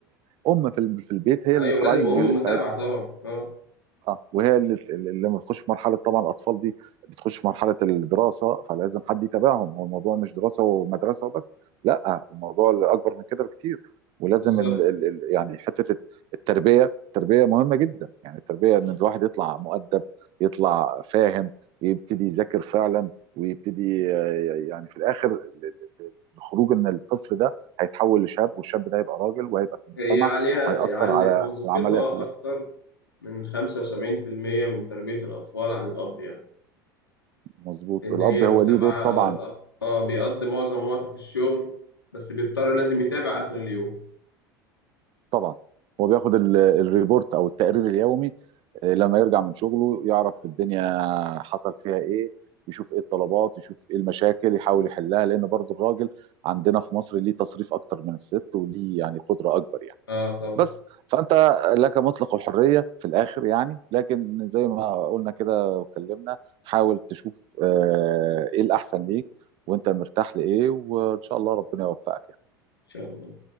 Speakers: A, on the right; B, on the left.
A: آه، ام في ال- في البيت هي اللي
B: ايوه
A: تراعيهم
B: لازم ام
A: هي اللي تساعدهم
B: متابعه طبعا اه
A: اه وهي اللي اللي لما بتخش في مرحله طبعا الاطفال دي بتخش في مرحله الدراسه فلازم حد يتابعهم هو الموضوع مش دراسه ومدرسه وبس لا الموضوع اكبر من كده بكتير ولازم
B: بالظبط
A: ال ال ال يعني حته التربيه التربيه مهمه جدا يعني التربيه ان الواحد يطلع مؤدب يطلع فاهم يبتدي يذاكر فعلا ويبتدي آه، يعني في الاخر ال- ال- الخروج ان الطفل ده هيتحول لشاب والشاب ده هيبقى راجل وهيبقى في المجتمع
B: هي عليها
A: وهيأثر
B: على
A: على
B: وظيفتها
A: العمليه كلها
B: اكتر من 75% من تربيه الاطفال عن الاب يعني
A: مظبوط
B: ان
A: الاب
B: هي
A: هو
B: متابعه
A: ليه دور طبعا
B: الاب اه بيقضي معظم وقته في الشغل بس بيضطر لازم يتابع اخر اليوم
A: طبعا هو بياخد ال- الريبورت او التقرير اليومي آه، لما يرجع من شغله يعرف الدنيا حصل فيها ايه يشوف ايه الطلبات يشوف ايه المشاكل يحاول يحلها لان برضو الراجل عندنا في مصر ليه تصريف اكتر من الست وليه يعني قدرة اكبر يعني
B: اه طبعا
A: بس
B: ان
A: فانت لك مطلق الحرية في الاخر يعني لكن زي ما قلنا كده واتكلمنا حاول تشوف آه، ايه الاحسن ليك وانت مرتاح لايه وان شاء الله ربنا يوفقك يعني.
B: شاء الله